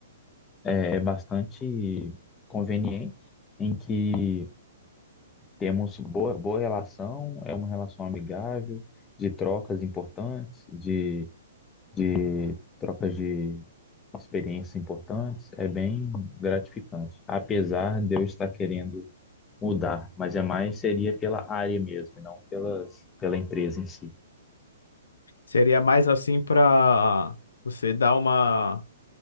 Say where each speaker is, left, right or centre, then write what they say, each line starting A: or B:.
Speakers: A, on the left; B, on the left.
A: eh, é, bastante conveniente, em que temos boa, boa relação, é uma relação amigável, de trocas importantes, de, de trocas de experiências importantes, é bem gratificante. Apesar de eu estar querendo mudar, mas é mais seria pela área mesmo, e não pelas, pela empresa em si.
B: Seria mais assim para você dar uma,